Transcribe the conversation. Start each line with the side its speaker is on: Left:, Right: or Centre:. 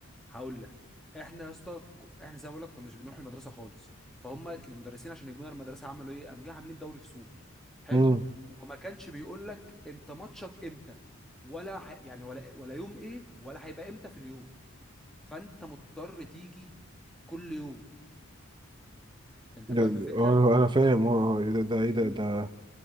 Centre: هقول لك احنا يا اسطى ك- احنا زي ما بقول لك كناش بنروح المدرسه خالص فهم المدرسين عشان يجيبونا المدرسه عملوا ايه قام جاي عاملين دوري فصول حلو
Right: مم.
Centre: وما كانش بيقول لك انت ماتشك امتى ولا ح... يعني ولا ولا يوم ايه ولا هيبقى امتى في اليوم فانت مضطر تيجي كل يوم انت
Right: ده-
Centre: فاهم الفكره
Right: آه، انا فاهم اه آه، إيه ده ده ايه ده
Centre: ال-
Right: ده